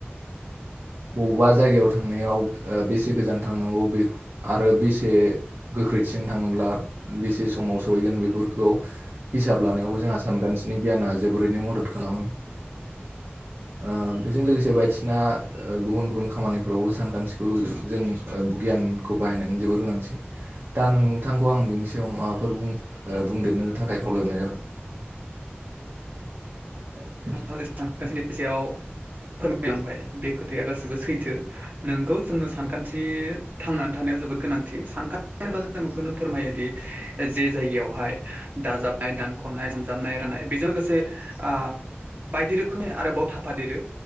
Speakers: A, on the right (about 60°); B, on the right (about 40°).
A: अबबा जायगायाव थांनायाव ओ बेसे गोजान थांनांगौ बेख आरो बेसे गोख्रैथिं थाङोब्ला बेसे समाव सहैगोन बेफोरखौ हिसाब लानायावबो जोंहा सानखान्थिनि गियाना जोबोरैनो मदद खालामो ओ बेजों लोगोसे बायथसिना ओ गुबुन गुबुन खामानिफ्रावबो सानखान्थिखौ जों गियानखौ बाहायनानै जोबोर गोनांथि दा नोंथांखौ आं बिनि सायाव माबाफोर बुं ओ बुंदेरनो थाखाय खावलायहरनाय जाबाय <inaudible>
B: <unintelligible> सानखान्थिनि सायाव फोरमायलांबाय बे खोथाया गासैबो सैथो नोंगौ जोङो सानखान्थि थांनानै थानाया जोबोद गोनांथि सानखा <unintelligible> जों बेखौनो फोरमायोदि जे जायगायावहाय दाजाबनाय दानख'नाय सानजाबनाय राननाय बेजों लोगोसे आ बायदि रोखोमनि आरोबाव थाफादेरो